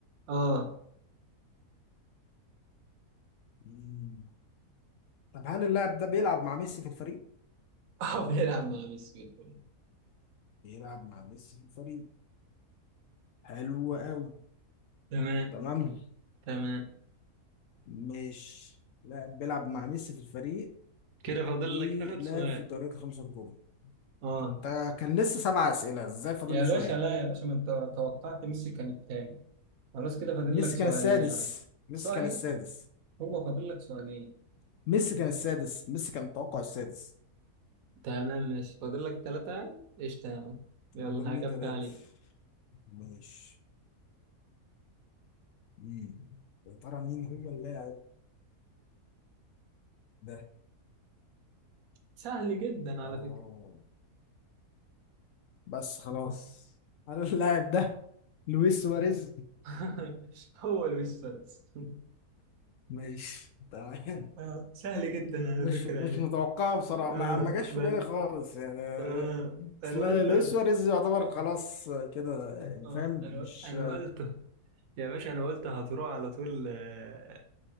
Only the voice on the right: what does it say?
اه
<laughs> آه، بيلعب مع ميسي الكل
تمام
تمام
كده فاضل
لك اخر سؤال
اه
يا
باشا
لا يا باشا ما انت توقعت ميسي كان التاني خلاص كده فاضل
لك سؤالين
يعني
سؤالين
هو فاضل لك سؤالين
تمام ماشي فاضل لك ثلاثه قشطه يا عم
يلا
هجب
عليك
سهل جدا على
فكره
<laughs> هو لويس فارس <laughs>
آه، سهل جدا على
فكره
يعني
آه
بس
آه انا
قلت
هت...
آه
انا
انا قلت يا باشا انا قلت هتروح على طول آه،